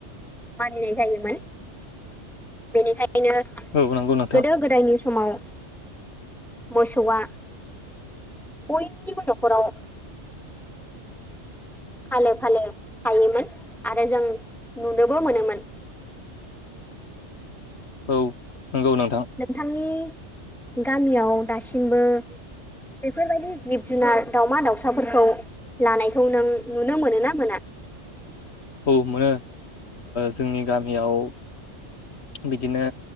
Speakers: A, in the centre; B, on the left.
A: मानिनाय जायोमोन बेनिखायनो
B: औ नंगौ नोंथां
A: गोदो गोदायनि। समाव मोसौआ। बयनिबो न'खराव। फालो फालो थायोमोन आरो जों नुनोबो मोनोमोन।
B: <inaudible> औ। नंगौ नोंथां
A: नोंथांनि गामियाव दासिमबो। बेफोरबायदि जिब जुनार दाउमा दावउसाफोरखौ। लानायखौ नों नुनो मोनोना मोना?
B: औ मोनो जोंनि गामियाव। बिदिनो